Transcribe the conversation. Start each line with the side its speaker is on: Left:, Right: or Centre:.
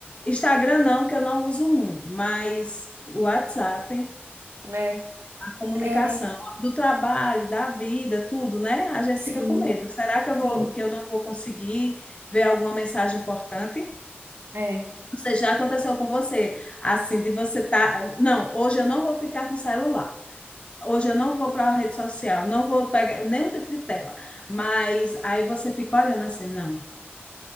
Left: Instagram não, que eu não uso muito, mas o WhatsApp,
Right: É.
Left: a comunicação
Right: É,
Left: do trabalho, da vida, tudo, né? A gente
Right: sim.
Left: fica com medo. Será que eu
Right: Sim,
Left: vou, que eu não vou conseguir ver alguma mensagem importante?
Right: é.
Left: Você já aconteceu com você, assim, de você tá, não, hoje eu não vou ficar com celular. Hoje eu não vou para a rede social, não vou pegar nenhum tipo de tela. Mas aí você fica olhando assim, não,